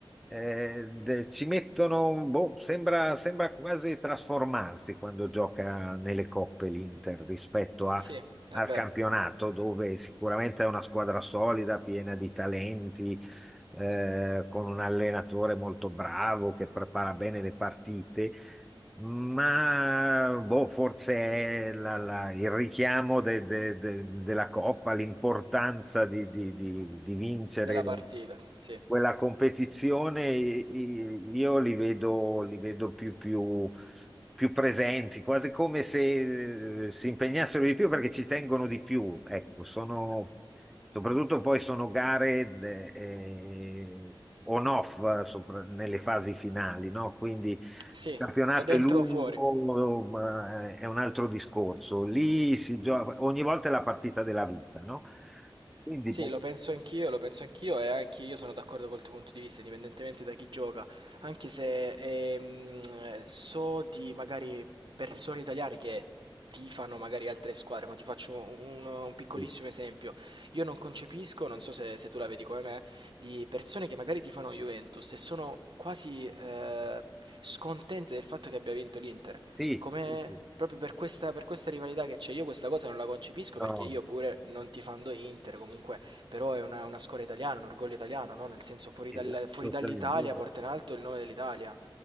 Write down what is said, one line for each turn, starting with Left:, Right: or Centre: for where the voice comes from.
Centre: eh, de- ci mettono, boh, sembra, sembra quasi trasformarsi quando gioca nelle coppe l'Inter rispetto a-
Right: Sì, è
Centre: al
Right: vero,
Centre: campionato, dove sicuramente è una squadra solida, piena di talenti, eh, con un allenatore molto bravo che prepara bene le partite. Ma boh, forse è la- la- il richiamo de- de- de- della Coppa, l'importanza di, di- di- di vincere
Right: della partita, sì.
Centre: quella competizione, i- i- io li vedo, li vedo più, più- più presenti, quasi come se eh, si impegnassero di più perché ci tengono di più. Ecco, sono, soprattutto poi sono gare eh, on-off eh, sopra- nelle fasi finali, no? Quindi il
Right: Sì,
Centre: campionato
Right: o dentro
Centre: è lungo,
Right: o fuori.
Centre: ma è un altro discorso. Lì si gioca, ogni volta è la partita della vita, no? Quindi,
Right: Sì,
Centre: boh,
Right: lo penso anch'io, lo penso anch'io e anche io sono d'accordo col tuo punto di vista, indipendentemente da chi gioca, anche se ehm, eh, so di magari persone italiane che tifano magari altre squadre, ma ti faccio un, un piccolissimo
Centre: sì,
Right: esempio. Io non concepisco, non so se, se tu la vedi come me, di persone che magari tifano Juventus e sono quasi eh, scontente del fatto che abbia vinto l'Inter.
Centre: sì,
Right: Come
Centre: sì,
Right: proprio per questa, per questa rivalità che c'è, io questa cosa non la concepisco
Centre: no,
Right: perché io pure non tifando Inter, comunque, però è una, una scuola italiana, un orgoglio italiano, no? Nel senso fuori
Centre: esatto,
Right: dal- fuori dall'Italia
Centre: sarebbe-
Right: porta in alto il nome dell'Italia.